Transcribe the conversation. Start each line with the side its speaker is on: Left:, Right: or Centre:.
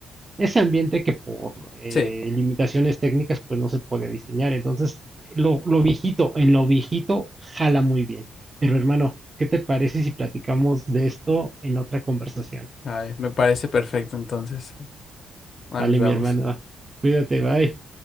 Right: ese ambiente que por eh,
Left: Sí.
Right: limitaciones técnicas pues no se podía diseñar. Entonces, lo, lo viejito, en lo viejito jala muy bien. Pero hermano, ¿qué te parece si platicamos de esto en otra conversación?
Left: A ver, me parece perfecto entonces. Ah,
Right: Vale,
Left: nos vemos.
Right: mi hermano, cuídate, bye.